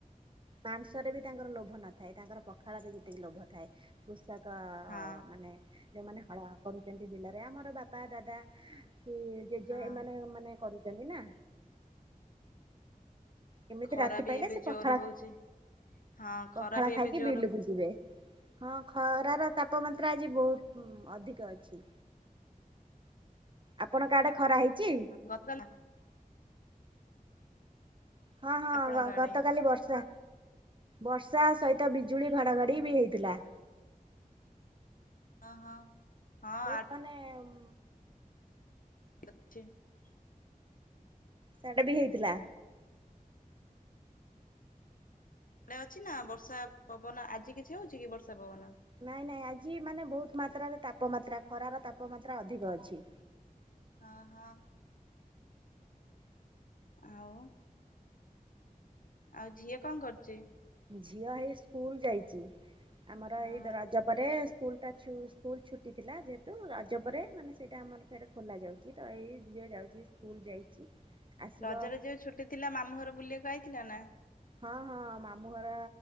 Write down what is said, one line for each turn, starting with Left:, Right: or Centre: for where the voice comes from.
Right: ମାଂସରେ ବି ତାଙ୍କର ଲୋଭ ନଥାଏ। ତାଙ୍କର ପଖାଳରେ ଯେତିକି ଲୋଭ ଥାଏ। କୃଷକ
Left: ହଁ
Right: ଯୋଉମାନେ ହଳ କରୁଛନ୍ତି ବିଲରେ ଆମର ବାପା ଦାଦା କି ଜେଜେ
Left: ହଁ
Right: ଏମାନେ ମାନେ କରୁଛନ୍ତି ନା। କେମିତି
Left: ଖରା
Right: ରାତି ପାଇଲେ
Left: ବି ଏବେ
Right: ସେ
Left: ଜୋର
Right: ପଖାଳ
Left: ହଉଛି। ହଁ ଖରା
Right: ପଖାଳ
Left: ବି
Right: ଖାଇକି
Left: ଏବେ ଜୋର
Right: ବିଲକୁ ଯିବେ। ହଁ ଖରାର ତାପମାତ୍ରା ଆଜି ବହୁତ ଉଁ ଅଧିକ ଅଛି। ଆପଣଙ୍କ ଆଡେ ଖରା ହେଇଛି?
Left: ଗତଲା
Right: ହଁ ହଁ
Left: ଆପଣଙ୍କ ଆଡେ
Right: ଗତକାଲି ବର୍ଷା ବର୍ଷା ସହିତ ବିଜୁଳି ଘଡଘଡି ବି ହେଇଥିଲା।
Left: ହଁ ହଁ ହଁ
Right: ବହୁତ
Left: ଆ
Right: ମାନେ ଉଁ
Left: <inaudible>
Right: ସାଡେ ବି ହେଇଥିଲା।
Left: ଣେ ଅଛି ନା ବର୍ଷା ପବନ ଆଜି କିଛି ହୋଉଛି କି ବର୍ଷା ପବନ?
Right: ନାଇଁ ନାଇଁ ଆଜି ମାନେ ବହୁତ ମାତ୍ରାରେ ତାପମାତ୍ରା ଖରାର ତାପମାତ୍ରା ଅଧିକ ଅଛି।
Left: ଅ ହ ଆଉ ଆଉ ଝିଅ କଣ କରୁଛି?
Right: ଝିଅ ହେଇ ସ୍କୁଲ ଯାଇଛି। ଆମର
Left: ହଁ
Right: ଏଇ
Left: ହଁ
Right: ଦରଜ ପରେ ସ୍କୁଲତା ସ୍କୁଲ୍ ଛୁଟି ଥିଲା ଯେହେତୁ ରଜ ପରେ ମାନେ ସେଇଟା ଆମର ଫେର ଖୋଲା ଯାଉଛି ତ ଏଇ ଝିଅ ଯାଉଛି ସ୍କୁଲ ଯାଇଛି। ଆସିବ
Left: ରଜରେ ଯୋଉ ଛୁଟି ଥିଲା ମାମୁଁ ଘର ବୁଲିଆକୁ ଆଇଥିଲ ନା?
Right: ହଁ ହଁ ମାମୁଁ ଘର